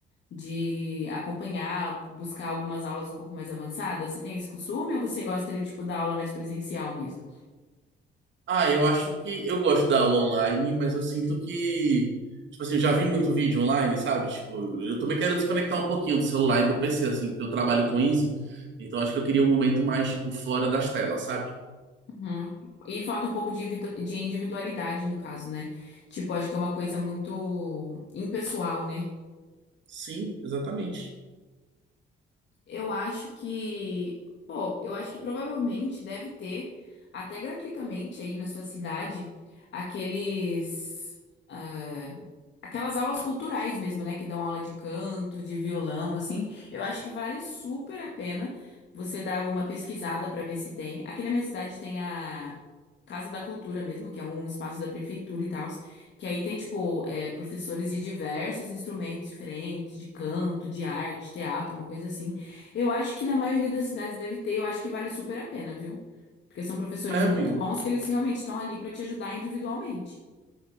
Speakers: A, on the left (about 65°); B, on the right (about 70°).
A: de acompanhar, buscar algumas aulas um pouco mais avançadas. Você tem esse costume ou você gosta de, tipo, da aula mais presencial mesmo?
B: Ah, eu acho que eu gosto da aula online, mas eu sinto que, tipo assim, eu já vi muito vídeo online, sabe? Tipo, eu também quero desconectar um pouquinho do celular e do PC, assim, porque eu trabalho com isso. Então acho que eu queria um momento mais, tipo, fora das telas, sabe?
A: Uhum. E falta um pouco de individu- de individualidade no caso, né? Tipo, acho que é uma coisa muito impessoal, né?
B: Sim, exatamente.
A: Eu acho que, pô, eu acho que provavelmente deve ter, até gratuitamente aí na sua cidade, aqueles. ah, aquelas aulas culturais mesmo, né? Que dão aula de canto, de violão, assim. Eu acho que vale super a pena você dar uma pesquisada para ver se tem. Aqui na minha cidade tem a Casa da Cultura mesmo, que é um espaço da prefeitura e tal, que aí tem, tipo, é, professores de diversos instrumentos diferentes, de canto, de arte, teatro, uma coisa assim. Eu acho que na maioria das cidades deve ter, eu acho que vale super a pena, viu? Porque são professores
B: É,
A: muito
B: amiga.
A: bons que eles realmente estão ali para te ajudar individualmente.